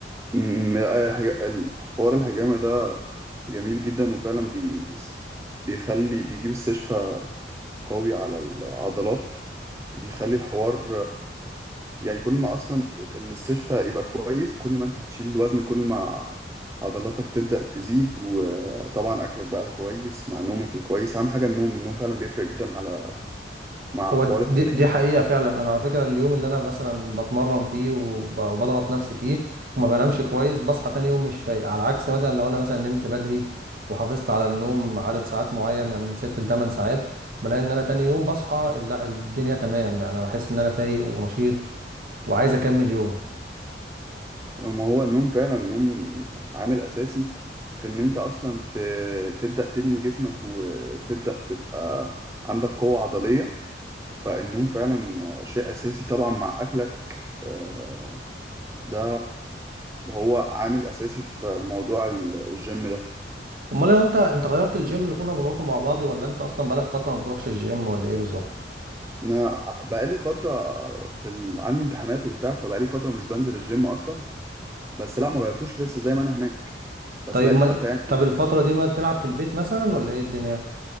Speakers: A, on the right; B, on the right.
A: م- آه، الحاجة- ال- حوار الحجامة ده جميل جدا وفعلا بي... بيخلي بيجيب استشفاء قوي على العضلات وبيخلي الحوار يعني كل ما اصلا الاستشفاء يبقى كويس كل ما انت هتشيل الوزن كل ما عضلاتك تبدأ تزيد وطبعا اكلك بقى الكويس مع نومك الكويس اهم حاجة النوم النوم فعلا بيفرق جدا على مع
B: هو
A: حوار
B: دي,
A: التمرين
B: دي دي حقيقة فعلا انا على فكرة اليوم اللي انا مثلا بتمرن فيه وب- وبضغط نفسي فيه وما بنامش كويس بصحى تاني يوم مش فايق على عكس مثلا لو انا مثلا نمت بدري وحافظت على النوم عدد ساعات معين يعني من ست لتمن ساعات بلاقي ان انا تاني يوم بصحى لا الدنيا تمام يعني انا بحس ان انا فايق ونشيط وعايز اكمل يومي
A: ما هو النوم فعلا النوم عامل اساسي في ان انت اصلا ت... تبدأ تبني جسمك وتبدأ تبقى عندك قوة عضلية فالنوم فعلا شيء اساسي طبعا مع اكلك آه، ده هو عامل اساسي في موضوع الجيم ده
B: امال لو انت انت غيرت الجيم اللي كنا بنروحه مع بعض ولا انت اصلا بقالك فتره ما بتروحش الجيم ولا ايه بالظبط
A: انا بقالي فتره في ال... عندي امتحانات وبتاع فبقالي فتره مش بنزل الجيم اصلا بس لا ما غيرتوش لسه زي ما انا هناك بس
B: طيب
A: بقالي
B: امال
A: فتره يعني
B: طب الفتره
A: قطع
B: دي ما تلعب في البيت مثلا ولا ايه الدنيا